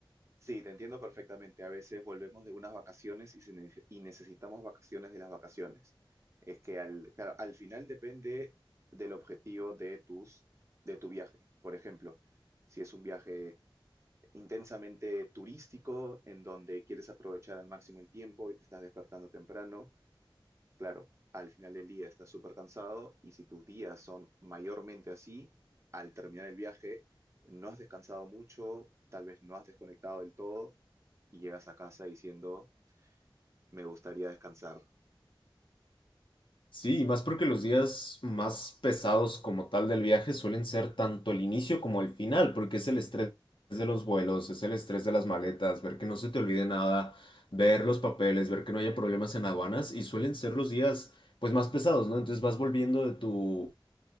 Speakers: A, on the right; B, on the left.
A: Sí, te entiendo perfectamente. A veces volvemos de unas vacaciones y, se nece- y necesitamos vacaciones de las vacaciones. Es que al, claro, al final depende del objetivo de tus, de tu viaje. Por ejemplo, si es un viaje intensamente turístico, en donde quieres aprovechar al máximo el tiempo y te estás despertando temprano, Claro, al final del día estás súper cansado y si tus días son mayormente así, al terminar el viaje no has descansado mucho, tal vez no has desconectado del todo y llegas a casa diciendo, me gustaría descansar.
B: Sí, y más porque los días más pesados como tal del viaje suelen ser tanto el inicio como el final, porque es el estrés de los vuelos, es el estrés de las maletas, ver que no se te olvide nada, ver los papeles, ver que no haya problemas en aduanas y suelen ser los días pues más pesados, ¿no? Entonces vas volviendo de tu